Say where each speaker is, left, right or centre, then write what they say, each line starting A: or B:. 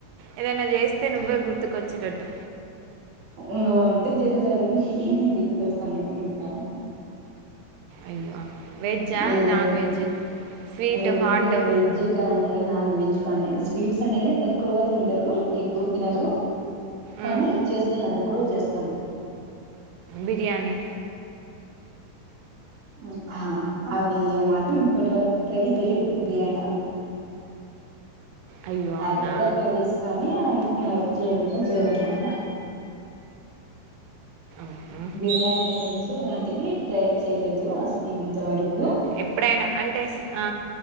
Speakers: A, on the right; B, on the right.
A: ఏదైనా చేస్తే నువ్వే గుర్తుకొచ్చేటట్టు
B: ఇంగ వంట చేసే సరికి నేనే గుర్తొస్తానట్టు ఇంకా
A: అయ్యో వెజ్జా
B: ఏదైనా
A: నాన్ వెజ్ స్వీట్
B: రెండు
A: హాట్
B: వెజ్ కానీ నాన్ వెజ్ కానీ స్వీట్స్ అనేది తక్కువగా తిండరు ఎక్ బు తినరు కానీ
A: మ్,
B: చేస్తున్న అవి కూడా చేస్తాను
A: బిర్యానీ
B: మ్ ఆ అవి మాత్రం ఇప్పటి వరకు ట్రై చే లేదు బిర్యానీ అవి
A: అయ్యో
B: నార్మల్గా
A: అవునా
B: కర్రీస్ కానీ అవి చే అంటేనే చేయడం వల్ల
A: మ్హూ.
B: బిర్యానీ ఐటమ్స్ అలాంటివి ట్రై చేయలేదు అస ఇంత వరకు
A: ఎప్పుడైనా అంటే ఆ